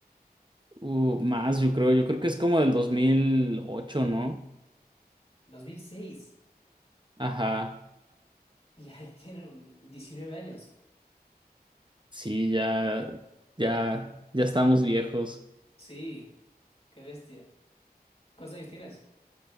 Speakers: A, on the right (about 30°); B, on the left (about 40°).
A: Uh, más, yo creo, yo creo que es como del dos mil ocho ¿no?
B: 2006. <laughs>
A: Ajá,
B: Ya, ya tiene un 19 años.
A: sí, ya, ya, ya estamos viejos.
B: Sí, qué bestia. ¿Cuántos años tienes?